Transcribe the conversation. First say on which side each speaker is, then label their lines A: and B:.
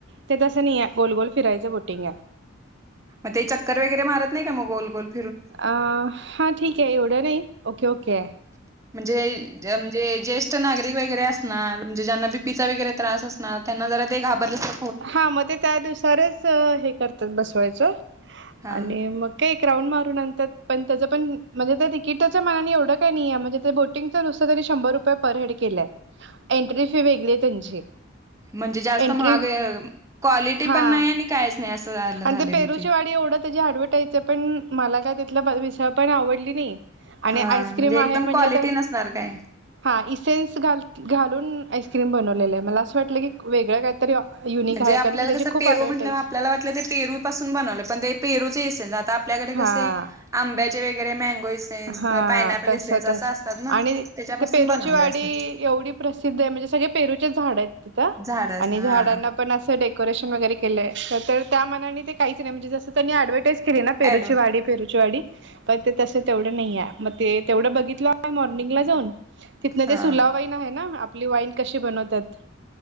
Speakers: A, on the right; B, on the right.
A: तें तसं नही आहे, गोलगोल फिरायचं बोटिंग आहे.
B: म ते चक्कर वगैरे मारत नाही कां म गोलगोलं.
A: अ हां ठीक आहे एवढं नाही ओके-ओके.
B: म्हणजे म्हणजे ज्येष्ठ नागरिक वगैरे असणारं म्हणजे ज्यांना बी पि चा वगरे त्रास असणार त्यांना जरा ते घाबरल्या सा
A: हां मग ते त्यां नुसारच हें करतात बसवायच
B: हा
A: आणि मग! काय एक राऊंड मारून आणतात पण त्याच पणं म्हणजे त्या तिकीटच्या मानाने एवढं काही नहीया म्हणजे ते बो टिंग च नुसतं त्यांनी शंभर रुपये पर हेड केलय, एन्ट्री फी वेगळी आहे त्यांची.
B: म्हणजे जास्तं
A: एंट्री
B: महाग ये क्वालिटी
A: हा
B: पण नाही, आणि काहीचं नाही असं आलं
A: आणि
B: झालंय
A: पेरूची
B: म ते.
A: वाडी एवढं त्याची ऍडव्हर्टाईज पणं माला काय तिथल बं मिसळ पण आवडली नही. आणि
B: हा
A: आईस्क्रीम
B: म्हणजे
A: आहे
B: एकदम
A: म्हनलं
B: क्वालिटी
A: त!
B: नसणार काय
A: हां इसेन्स घाल-घालून आइस्क्रीम बनवलेलं आहे, मला असं वाटलं की वेगळं काहीतरी युनिक
B: म्हणजे
A: आहे
B: आपल्याला
A: कारण की त्याची
B: कसं
A: खूप
B: पेरु
A: ऍडव्हटाईज
B: म्हटलं वं आपल्याला वाटलं तें पेरू पासून बनवलं पन ते पेरूचे इसेन्स आतां आपल्याकडे कसे
A: हा
B: आंब्याचे वगैरे मॅगों इस सेन्स
A: हा
B: पायनपल
A: तस
B: इसेन्स
A: तस
B: असं असतात नां
A: आणि
B: त्याच्यापासून
A: ते पेरूची
B: बनवले
A: वाडी
B: असनार.
A: एवढी प्रसिद्ध आहे, म्हणजे सगळे पेरूचे झाडं आहेत तिथं
B: झाडच
A: आणि
B: ना. हा
A: झाडांना पण असं डेकोरेशन वगैरे केलंय, तर त्या मानाने तें काहीचं नही, म्हणजे जसं त्यांनी ऍडवर्टाईज केली नां! पेरूची
B: ऍड
A: वाडी, पेरूची वाडी पणं ते तसे. तेवढं नईया मं तें तेवढं बघीतलं आम्ही माॅरनींगला जाऊन, तिथन
B: हा
A: ते सुला वाइन आहे नां आपली वाईन कशी बनवत्यात.